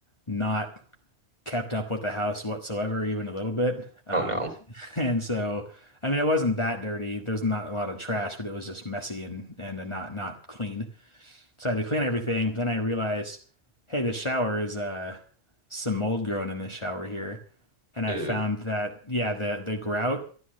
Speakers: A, on the left; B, on the right.
A: not kept up with the house whatsoever, even a little bit,
B: oh no.
A: <laughs> and so. I mean, it wasn't that dirty. There's not a lot of trash, but it was just messy and and not not clean. So I had to clean everything. But then I realized, hey, the shower is uh some mold growing in this shower here. And I
B: Ew.
A: found that yeah, the the grout